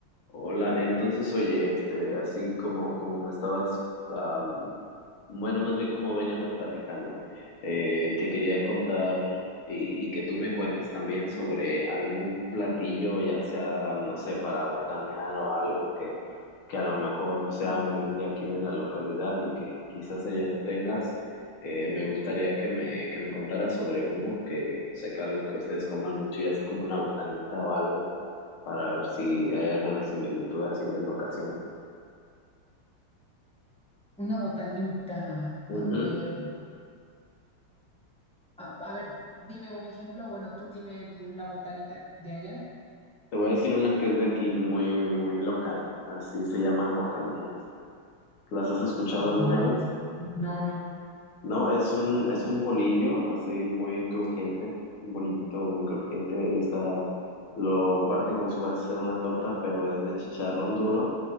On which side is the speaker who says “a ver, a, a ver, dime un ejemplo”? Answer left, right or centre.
Centre